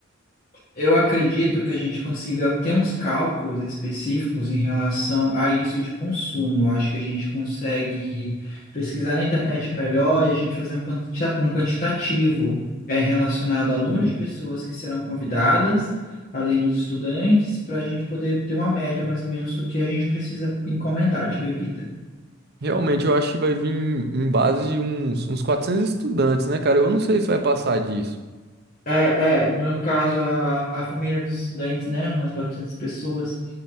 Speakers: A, on the left (about 45°); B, on the right (about 55°).
A: Eu acredito que a gente consiga ter uns cálculos específicos em relação a isso de consumo. Eu acho que a gente consegue pesquisar na internet melhor e a gente fazer um quantita- um quantitativo é, relacionado ao número
B: Hum.
A: de pessoas que serão convidadas, além dos estudantes, para a gente poder ter uma média mais ou menos do que a gente precisa encomendar de bebida.
B: Realmente, eu acho que vai vir em base de uns, uns 400 estudantes, né, cara? Eu não sei se vai passar disso.
A: É, é, no caso, a, a família dos estudantes, né? Umas 400 pessoas.